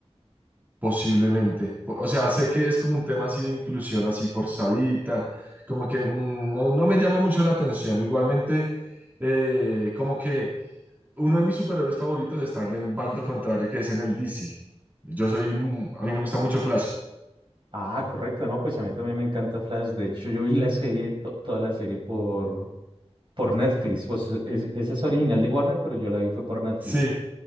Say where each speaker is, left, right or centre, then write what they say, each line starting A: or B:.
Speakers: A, on the right (about 15°); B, on the right (about 50°).
A: posiblemente. Po- O sea, sé que es como un tema así de inclusión, así forzadita, como que mm, no, no me llama mucho la atención. Igualmente, eh, como que uno de mis superhéroes favoritos está en el bando contrario, que es en el DC. Yo soy, un- a mí me gusta mucho Flash.
B: Ah, correcto, no, pues a mí también me encanta Flash. De hecho, yo vi la serie, to- toda la serie por, por Netflix. Pues es- esa es original de Warner, pero yo la vi fue por Netflix.
A: Sí,